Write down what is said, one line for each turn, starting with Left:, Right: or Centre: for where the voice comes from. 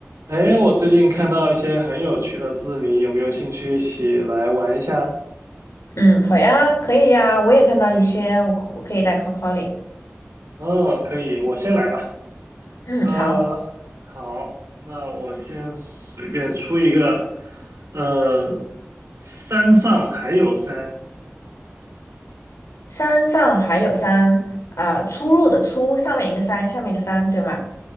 Right: 哎，我最近看到一些很有趣的字谜，有没有兴趣一起来玩一下？
Left: 嗯，好呀，可以呀，我也看到一些，我可我可以来考考你。
Right: 嗯，可以，我先来吧。
Left: 嗯，
Right: 呃，
Left: 好，
Right: 好，那我先随便出一个。呃，山上还有山，
Left: 山上还有山啊，出入的出，上面一个山，下面一个山，对吗？